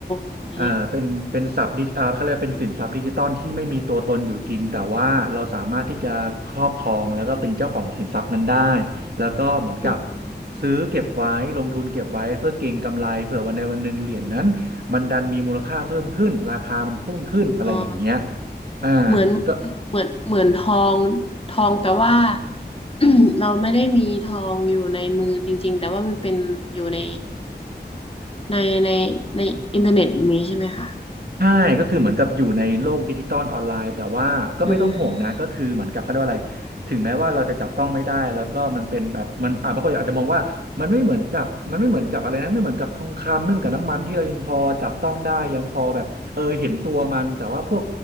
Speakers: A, on the left (about 30°); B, on the right (about 65°).
A: อะไรเนี่ย
B: อ่าเป็นเป็นศัพท์ดิอ่าเขาเรียกว่าเป็นสินทรัพย์ดิจิตอลที่ไม่มีตัวตนอยู่จริงแต่ว่าเราสามารถที่จะครอบครองแล้วก็เป็นเจ้าของสินทรัพย์นั้นได้แล้วก็เหมือนกับ
A: อืม
B: ซื้อเก็บไว้ลงทุนเก็บไว้เพื่อเก็งกำไรเผื่อวันใดวันหนึ่งเหรียญนั้น มันดันมีมูลค่าเพิ่มขึ้นราคามันพุ่งขึ้นอะไรอย่างเงี้ย
A: อ่า
B: อ่า
A: เหมือน
B: ก็
A: เหมือนเหมือนทองทองแต่ว่า <clears throat> เราไม่ได้มีทองอยู่ในมือจริงๆแต่ว่ามันเป็นอยู่ในในในในอินเทอร์เน็ตแบบนี้ใช่ไหมคะ
B: ใช่ก็คือเหมือนกับอยู่ในโลกดิจิตอลออนไลน์แต่ว่าก็ไม่ต้องห่วงนะก็คือเหมือนกับเขาเรียกว่าอะไรถึงแม้ว่าเราจะจับต้องไม่ได้แล้วก็มันเป็นแบบมันอ่าบางคนอาจจะมองว่ามันไม่เหมือนกับมันไม่เหมือนกับอะไรนะไม่เหมือนกับทองคำไม่เหมือนกับน้ำมันที่เรายังพอจับต้องได้ยังพอแบบเออเห็นตัวมันแต่ว่าพวก
A: อืม